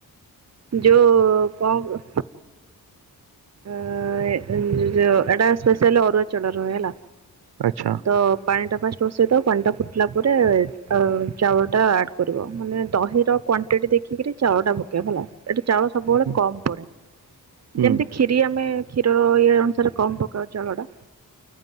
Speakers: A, on the right; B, on the right.
A: ଯୋଉ କଣ ଆ ଇ ଏଟା ସ୍ପେସିଆଲି ଅରୁଆ ଚାଉଳ ରେ ହୁଏ।
B: ଆଚ୍ଛା
A: ତ ପାଣି ଟା। ଫାଷ୍ଟ ରୋଷେଇଦ ପାଣିଟା ଫୁଟିଲା ପରେ ଚାଉଳଟା ଆଡ଼୍ କରିବ ମାନେ ଦହିର କ୍ୱାଣ୍ଟି ଦେଖିକିରି ଚାଉଳଟା ପକେଇବ ହେଲା। ଏଠି ଚାଉଳ ସବୁବେଳେ
B: ହୁଁ
A: କମ ପଡେ
B: ହୁଁ,
A: ଯେମିତି। କ୍ଷୀରି ଆମେ କ୍ଷୀରର ଇଏ ଅନୁସାରେ କମ। ଚାଉଳ ଟା